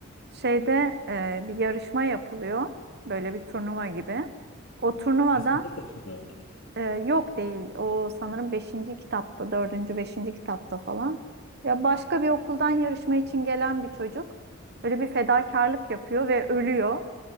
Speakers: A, on the right; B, on the left.
A: Şeyde e, bir yarışma yapılıyor. Böyle bir turnuva gibi. O turnuvada
B: Felsefe Taşı'nda mı?
A: Ee, yok değil. O sanırım beşinci kitapta, dördüncü beşinci kitapta falan. Ya başka bir okuldan yarışma için gelen bir çocuk böyle bir fedakarlık yapıyor ve ölüyor.